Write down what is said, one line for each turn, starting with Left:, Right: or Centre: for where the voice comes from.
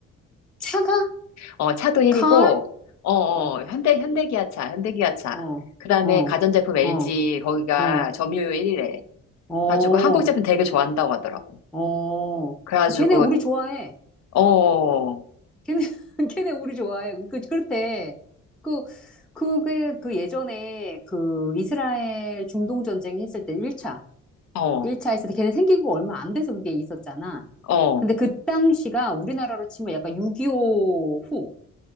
Centre: 차가?
Left: 어, 차도 1위고
Centre: car?
Left: 어, 어,
Centre: 어,
Left: 현대 현대기아차, 현대기아차.
Centre: 어,
Left: 그다음에
Centre: 어,
Left: 가전제품 LG
Centre: 어,
Left: 거기가
Centre: 어,
Left: 점유율 1위래.
Centre: 어,
Left: 가지고 한국 제품 되게 좋아한다고 하더라고.
Centre: 어.
Left: 그래가지고
Centre: 아, 걔네 우리 좋아해.
Left: 어,
Centre: 걔네, <laughs> 걔네 우리 좋아해. 그, 그렇대. 그, 그게, 그 예전에 그 이스라엘 중동 전쟁 했을 때 1차.
Left: 어,
Centre: 일차 했을 때 걔네 생기고 얼마 안 돼서 그게 있었잖아.
Left: 어.
Centre: 근데 그 당시가 우리나라로 치면 약간 6.25 후,